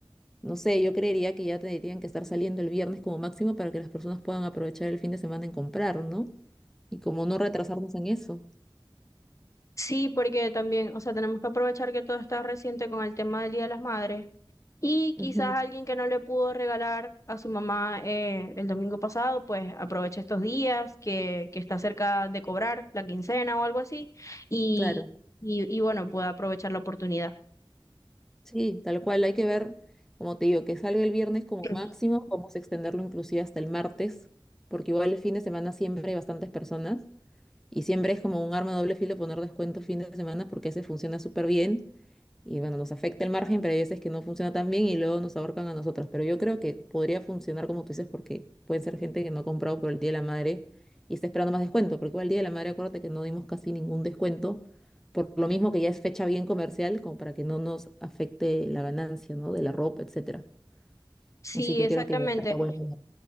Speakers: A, in the centre; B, on the left (about 35°).
A: No sé, yo creería que ya tendrían que estar saliendo el viernes como máximo para que las personas puedan aprovechar el fin de semana en comprar, ¿no? Y como no retrasarnos en eso.
B: Sí, porque también, o sea, tenemos que aprovechar que todo está reciente con el tema del Día de las Madres Y
A: Ujú,
B: quizás alguien que no le pudo regalar a su mamá eh, el domingo pasado, pues aproveche estos días que, que está cerca de cobrar la quincena o algo así y,
A: Claro,
B: y, y bueno, pueda aprovechar la oportunidad.
A: sí, tal cual, hay que ver, como te digo, que salga el viernes como
B: <clears throat>
A: máximo, vamos a extenderlo inclusive hasta el martes, porque igual el fin de semana siempre hay bastantes personas y siempre es como un arma de doble filo poner descuento fin de semana porque ese funciona súper bien Y bueno, nos afecta el margen, pero hay veces que no funciona tan bien y luego nos ahorcan a nosotras. Pero yo creo que podría funcionar como tú dices, porque pueden ser gente que no ha comprado por el Día de la Madre y está esperando más descuento, porque igual el Día de la Madre, acuérdate que no dimos casi ningún descuento, por lo mismo que ya es fecha bien comercial, como para que no nos afecte la ganancia, ¿no? De la ropa, etcétera.
B: Sí,
A: Así que
B: exactamente.
A: creo que ya está bueno.